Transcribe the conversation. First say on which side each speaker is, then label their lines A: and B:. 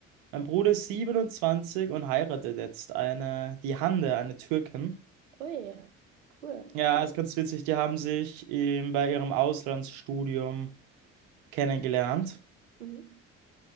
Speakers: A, on the right; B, on the right.
A: Mein Bruder ist 27 und heiratet jetzt eine, die Hande, eine Türkin.
B: Ui, cool.
A: Ja, ist ganz witzig. Die haben sich ähm, bei ihrem Auslandsstudium kennengelernt.
B: Mhm.